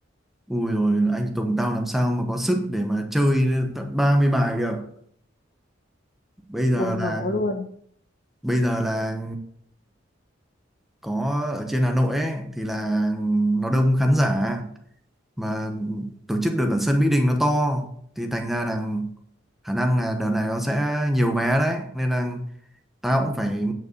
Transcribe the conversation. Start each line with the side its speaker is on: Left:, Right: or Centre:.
Centre: ui rồi anh Tùng tao làm sao mà có sức để mà chơi tận 30 bài được bây giờ
Left: bùng
Centre: là
Left: nổ luôn
Centre: bây giờ là có ở trên Hà Nội ấy thì là nó đông khán giả mà tổ chức được ở sân Mỹ Đình nó to thì thành ra là khả năng là đợt này nó sẽ nhiều vé đấy nên là tao cũng phải